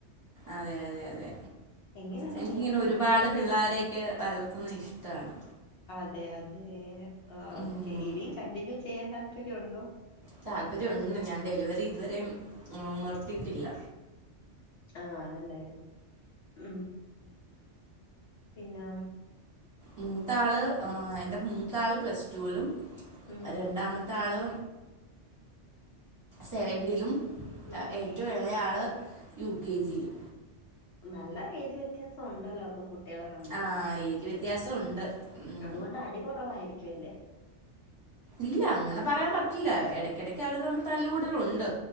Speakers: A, on the right; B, on the left.
A: അതെ അതെ അതെ
B: എങ്ങനെയുണ്ട്
A: എനിക്കിങ്ങനെ
B: മൂന്ന് പേരുമായിട്ടും
A: ഒരുപാട് പിള്ളോരെയൊക്കെ വളർത്തുന്നത് ഇഷ്ടമാണ്
B: അതെ അതെ ആ
A: ഉം,
B: ഓക്കെ ഇനിയും കണ്ടിന്യൂ ചെയ്യാൻ താല്പര്യരുണ്ടോ
A: താല്പര്യരുണ്ട് ഞാൻ ഡെലിവറി ഇതുവരെ നിർത്തിയിട്ടില്ല
B: ആഹ്.. ആണല്ലേ... ഉം.. പിന്നാ
A: മൂത്താള് എന്റെറെ മൂത്താള് പ്ലസ്ടു ലും
B: ഉം
A: രണ്ടാമത്തെ ആള് സെവന്റിലും
B: ഓക്കെ
A: ഏറ്റവും ഇള ആള് യു കെ ജിയില്
B: നല്ല ഏജ് വ്യത്യാസം ഉണ്ടല്ലോ അപ്പൊ കുട്ടികള് തമ്മില്..
A: ആ ഏജ് വ്യത്യാസം ഉണ്ട് ഉം.
B: അതുകൊണ്ട് അടി കുറവായിരിക്കും ല്ലേ
A: ഇല്ല അങ്ങനെ പറയാൻ പറ്റില്ല ഇടക്കിടക്ക് അവരെ തമ്മിൽ തല്ലൂടലും ഉണ്ട്